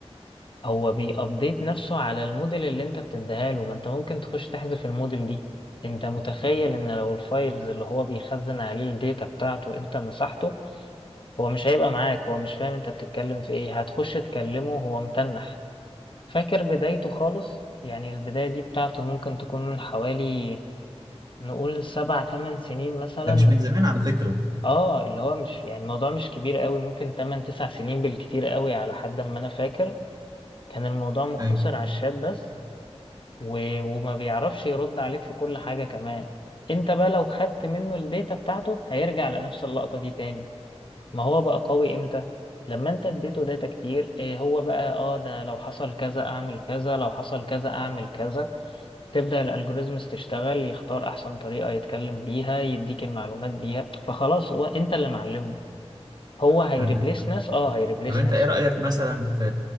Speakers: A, on the left; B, on the right.
A: هو بيأبديت نفسه على الموديل اللي أنت بتديها له ما أنت ممكن تخش تحذف الموديل دي أنت متخيل إن لو الفايلز اللي هو بيخزن عليه الداتا بتاعته أنت مسحته هو مش هيبقى معاك هو مش فاهم أنت بتتكلم في إيه هتخش تكلمه هو متنح فاكر بدايته خالص يعني البداية دي بتاعته ممكن تكون من حوالي نقول سبع تمن سنين مثلا
B: ده مش
A: من
B: من زمان على فكرة
A: اه اللي هو مش يعني الموضوع مش كبير قوي ممكن تمن تسع سنين بالكتير قوي على حد ما انا فاكر كان الموضوع مقتصر
B: أيوه
A: على الشات بس و... وما بيعرفش يرد عليك في كل حاجة كمان انت بقى لو خدت منه الداتا بتاعته هيرجع لنفس اللقطة دي تاني ما هو بقى قوي امتى لما انت اديته داتا كتير إيه هو بقى اه ده لو حصل كذا اعمل كذا لو حصل كذا اعمل كذا تبدأ الالجوريزمز تشتغل يختار احسن طريقة يتكلم بيها يديك المعلومات بيها فخلاص هو انت اللي معلمه هو هيريبليس
B: عندك.
A: ناس اه هيريبليس
B: طب أنت
A: ناس
B: إيه رأيك
A: فعلا.
B: مثلا في